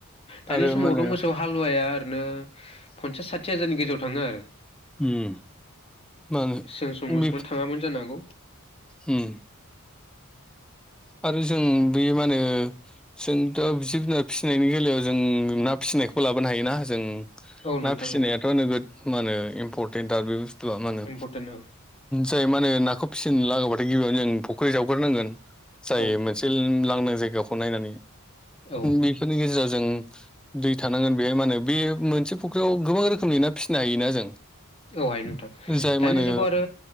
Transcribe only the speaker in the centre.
आरो
मा होनो
उम मा होनो
बे
उम आरो जों बेयो माने जों दा जिब जुनार फिसिनायनि बेलायाव जों ना फि फिसिनायखौ लाबोनो हायो ना जों
ना फिसिनायाथ'
नोगोद मा होनो इम्परटेन्ट आरो बे बुंस जुवा मा होनो
जाय मा होनो नाखौ फिसिनो लाङोबाथाय गिबियावनो जों फुख्रि जावग्रोनांगोन।
जायो मोनसे लांदां जायगाखौ नायनानै
बेफोरनि गेजेराव जों दै थानांगोन बेहाय मा होनो बे मोनसे फुख्रियाव गोबां रोखोमनि ना फिसिनो हायोना जों
जाय
मा होनो